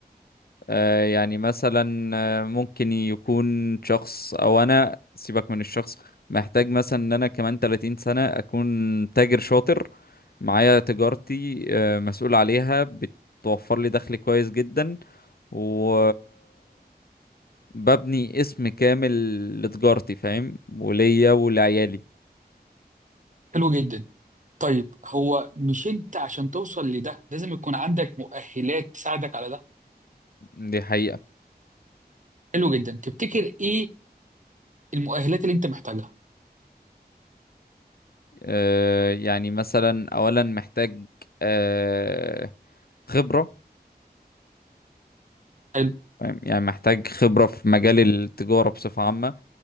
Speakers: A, on the left; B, on the right.
A: آه يعني مثلا آه، ممكن يكون شخص او انا سيبك من الشخص محتاج مثلا ان انا كمان 30 سنة اكون تاجر شاطر معايا تجارتي آه مسؤول عليها بتوفر لي دخل كويس جدا و ببني اسم كامل لتجارتي فاهم وليا ولعيالي
B: حلو جدا طيب هو مش انت عشان توصل لده لازم يكون عندك مؤهلات تساعدك على ده
A: دي حقيقة
B: حلو جدا تفتكر ايه المؤهلات اللي انت محتاجها
A: آه، يعني مثلا اولا محتاج آه، خبرة
B: حلو
A: فاهم؟ يعني محتاج خبرة في مجال التجارة بصفة عامة